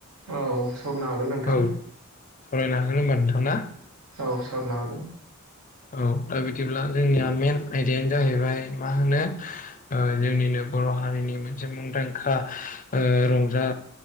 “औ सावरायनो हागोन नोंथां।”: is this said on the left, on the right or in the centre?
Right